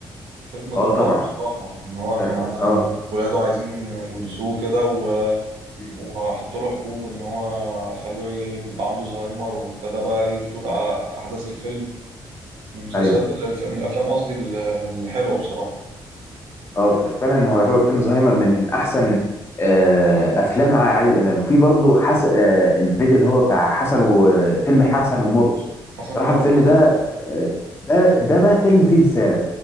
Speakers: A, on the right (about 80°); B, on the left (about 30°).
A: فيلم جبار
B: اه طبعا
A: بصراحة إن هو
B: اه
A: كان ع-
B: آه.
A: ولاده عايزين يورثوه كده و...
B: مم.
A: وحطوا له حبوب وإن هو خلوه يبقى عنده زهايمر وابتدى بقى إيه تدور أ- أحداث الفيلم من المسلسلات
B: ايوه
A: ال- الف... من الأفلام قصدي ال- الحلوة بصراحة
B: اه ف- فعلا هو يعتبر فيلم زهايمر من احسن آه، افلام ع- عادل امام وفي برضو حس... آه، الفيديو اللي هو بتاع حسن وفيلم حسن ومرقص
A: حسن
B: بصراحه
A: ومرة
B: الفيلم ده
A: آه،
B: آه، ده ده بقى فيلم فيه رساله